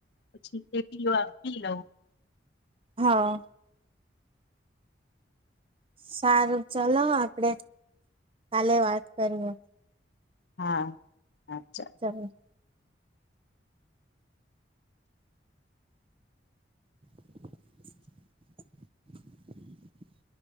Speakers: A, on the left; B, on the right.
A: પછી તે પી પી લઉ
B: હા સારું ચલો આપડે કાલે વાત કરીએ,
A: હા હા ચાલ
B: ચાલો <inaudible>